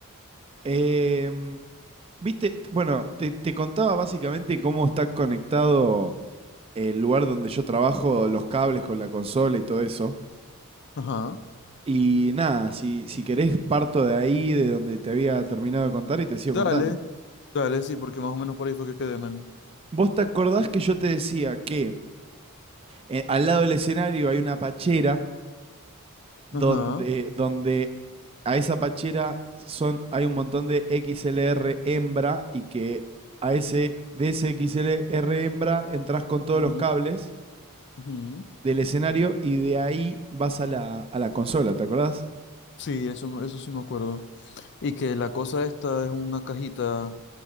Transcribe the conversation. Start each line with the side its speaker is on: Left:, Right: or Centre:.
Right: Em, Viste, T- bueno, te, te contaba básicamente cómo está conectado el lugar donde yo trabajo, los cables con la consola y todo eso.
Left: Ajá.
Right: Y nada, si, si querés parto de ahí, de donde te había terminado de contar y te sigo
Left: Dale,
Right: contando.
Left: dale, sí, porque más o menos por ahí fue que quedé, men.
Right: ¿Vos te acordás que yo te decía que eh, al lado del escenario hay una pachera donde,
Left: Ajá.
Right: donde a esa pachera son, hay un montón de XLR hembra y que a ese, de ese XLR hembra entras con todos
Left: Ujú,
Right: los cables
Left: ujú.
Right: del escenario y de ahí vas a la, a la consola, ¿te acordás?
Left: Sí, eso, eso sí me acuerdo. Y que la cosa esta es una cajita.